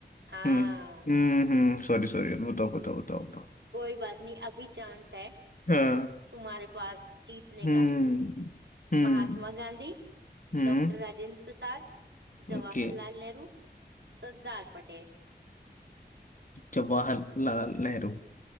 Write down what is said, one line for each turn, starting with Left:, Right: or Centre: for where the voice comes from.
Right: हाँ
Left: हम्म हम्म हम्म सॉरी सॉरी बताओ बताओ बताओ बताओ
Right: कोई बात नहीं अभी चांस है
Left: हाँ
Right: तुम्हारे पास जीतने
Left: हम्म
Right: का
Left: हम्म
Right: महात्मा गांधी
Left: हम्म
Right: डॉक्टर राजेंद्र प्रसाद जवाहरलाल
Left: ओके
Right: नेहरू सरदार पटेल
Left: जवाहरलाल नेहरू